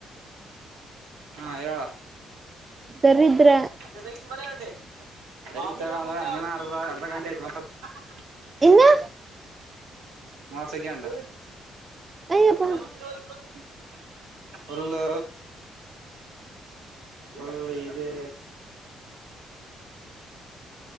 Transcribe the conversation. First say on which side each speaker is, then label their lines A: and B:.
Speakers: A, on the right; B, on the right.
A: ಹಾ ಹೇಳ
B: ದರಿದ್ರ
A: ಎಾಗಿನರಟೆ. <unintelligible> ್ರ ಅರ್ಧ ಅರ್ಧ ಗಂಟೆ ಆಯತ್ ಮಾತಡ <unintelligible>
B: ಇನ್ನು
A: ಮಾಸಕೆಂಡ
B: ಅಯ್ಯಪ್ಪ
A: ಇಥ ಬಸಡ. <unintelligible> ಹಲೋ ಒಲ್ ಇದೆ.